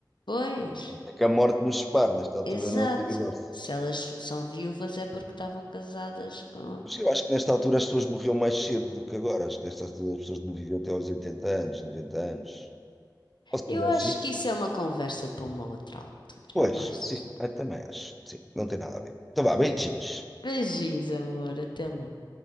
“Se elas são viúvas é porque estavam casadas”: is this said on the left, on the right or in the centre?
Left